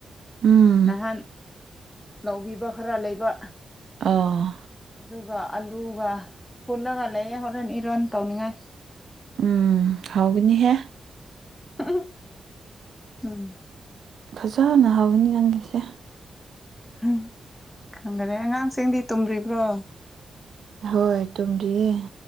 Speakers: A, on the right; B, on the left.
A: ꯎꯝ
B: ꯅꯍꯥꯟ ꯂꯧꯕꯤꯕ ꯈꯥꯔ ꯂꯩꯕ
A: ꯑꯥ
B: ꯑꯗꯨꯒ ꯑꯂꯨꯒ ꯐꯨꯠꯂꯒ ꯂꯩꯌꯦ ꯍꯣꯔꯦꯟ ꯏꯔꯣꯟ ꯇꯧꯅꯤꯡꯉꯥꯏ꯫
A: ꯎꯝ ꯍꯥꯏꯒꯅꯤꯍꯦ꯫
B: <unintelligible> ꯎꯝ
A: ꯐꯖꯅ ꯍꯧꯒꯅꯤ ꯅꯪꯒꯤꯁꯦ꯫
B: ꯎꯝ ꯈꯪꯗꯔꯦ ꯑꯉꯥꯡꯁꯤꯡꯗꯤ ꯇꯨꯝꯗ꯭ꯔꯤꯕ꯭ꯔꯣ?
A: ꯍꯣꯏ ꯇꯨꯝꯗꯤꯌꯦ